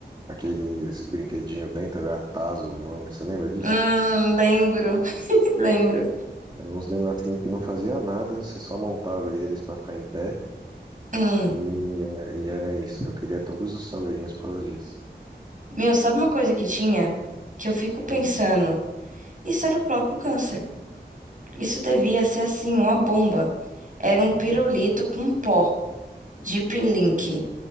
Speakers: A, on the right; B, on the right.
A: aqueles brinquedinho dentro, era tazo o nome, você lembra disso?
B: Hum, lembro, <laughs> lembro.
A: Eram uns negocinhos que não fazia nada, você só montava eles pra ficar em pé
B: Hum.
A: e, eh, e era isso. Eu queria todos os salgadinhos por causa disso.
B: Meu, sabe uma coisa que tinha? Que eu fico pensando,
A: Hum.
B: isso era o próprio câncer. Isso devia ser assim, uma bomba. Era um pirulito
A: ok.
B: com pó de Link.